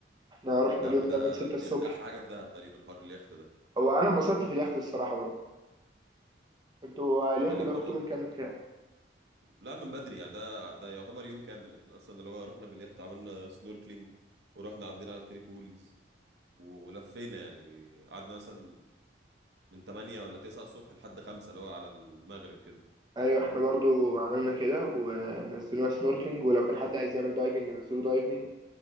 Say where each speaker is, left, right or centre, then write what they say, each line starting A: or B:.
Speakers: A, on the right; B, on the right.
A: احنا رحنا
B: طب يا
A: اليوم
B: عم ده
A: ده من 6
B: ده
A: الصبح
B: ده احلى حاجه في دهب تقريبا حوار اليخت ده
A: وانا انبسطت في اليخت الصراحه برضه انتوا على
B: بيخليك
A: اليخت ده
B: برضو
A: رحتوا من كام لكام
B: لا من بدري يعني ده ده يعتبر يوم كامل احنا اصلا اللي هو رحنا باليخت عملنا سنوركلينج ورحنا عدينا على الثري بولز ولفينا يعني قعدنا مثلا من 8 ولا 9 الصبح لحد 5 اللي هو على المغرب كده
A: ايوه احنا برضو عملنا كده ونزلونا سنوركينج ولو كان حد عايز يعمل دايفنج نزلوا دايفنج